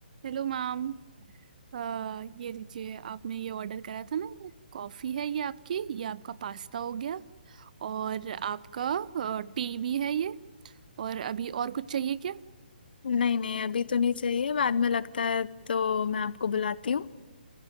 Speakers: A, on the right; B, on the left.
A: Hello ma'am अ, ये लीजिए आपने ये ऑर्डर करा था ना ये कॉफ़ी है ये आपकी ये आपका पास्ता हो गया और आपका टी भी है ये और अभी और कुछ चाहिए क्या
B: नहीं नहीं अभी तो नहीं चाहिए बाद में लगता है तो मैं आपको बुलाती हूँ